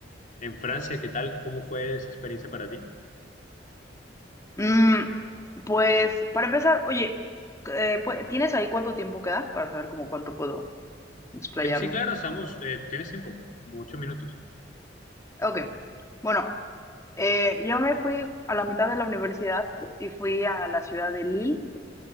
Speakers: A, on the left (about 45°); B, on the left (about 15°).
A: en Francia. ¿Qué tal? ¿Cómo fue esa experiencia para ti?
B: Mm, pues, para empezar, oye, eh, pu- ¿tienes ahí cuánto tiempo queda? Para saber como cuánto puedo explayarme.
A: Eh, sí, claro, estamos, eh, tienes tiempo, como ocho minutos.
B: Ok. Bueno, eh, yo me fui a la mitad de la universidad y fui a la ciudad de Lille